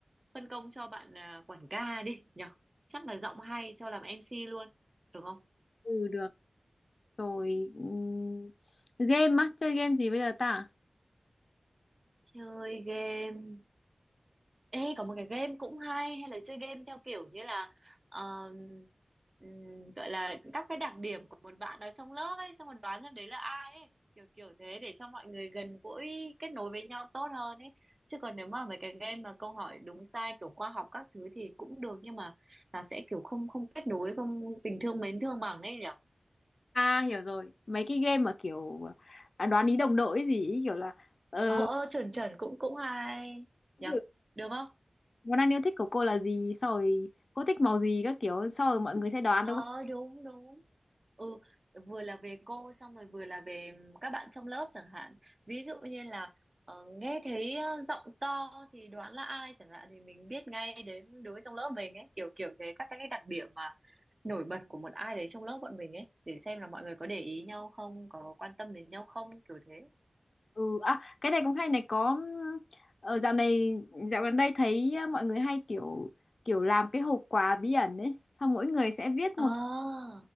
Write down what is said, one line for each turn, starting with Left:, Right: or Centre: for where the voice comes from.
Right: phân công cho bạn à, quản ca đi nhở chắc là giọng hay cho làm MC luôn được không
Left: ừ được rồi ừm, game á chơi game gì bây giờ ta
Right: chơi game Ê, có một cái game cũng hay hay là chơi game theo kiểu như là um, ừm, gọi là các cái đặc điểm của một bạn ở trong lớp ấy xong rồi đoán xem đấy là ai ấy kiểu kiểu thế để cho mọi người gần gũi kết nối với nhau tốt hơn ấy chứ còn nếu mà mấy cái game mà câu hỏi đúng sai kiểu khoa học các thứ thì cũng được nhưng mà nó sẽ kiểu không không kết nối không tình thương mến thương bằng ấy nhỉ
Left: à hiểu rồi mấy cái game mà kiểu à, đoán ý đồng đội ấy gì ý, kiểu là ờ,
Right: ờ ờ chuẩn chuẩn cũng cũng hay
Left: ví
Right: nhỉ được không
Left: món ăn yêu thích của cô là gì sau rồi cô thích màu gì các kiểu sau rồi mọi người sẽ đoán
Right: ờ
Left: đúng không
Right: đúng đúng ừ vừa là về cô xong rồi vừa là về các bạn trong lớp chẳng hạn ví dụ như là ờ, nghe thấy ờ, giọng to thì đoán là ai chẳng hạn thì mình biết ngay đến đứa trong lớp mình ấy kiểu kiểu thế các các cái đặc điểm mà nổi bật của một ai đấy trong lớp bọn mình ấy để xem là mọi người có để ý nhau không có quan tâm đến nhau không kiểu thế
Left: Ừ, à, cái này cũng hay này có ở dạo này dạo gần đây thấy ờ, mọi người hay kiểu kiểu làm cái hộp quà bí ẩn ấy xong mỗi người sẽ viết
Right: ờ
Left: một